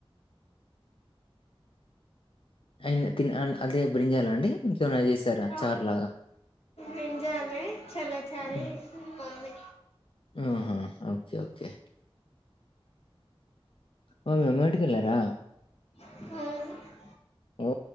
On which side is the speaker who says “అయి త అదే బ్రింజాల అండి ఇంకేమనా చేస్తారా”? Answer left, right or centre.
Left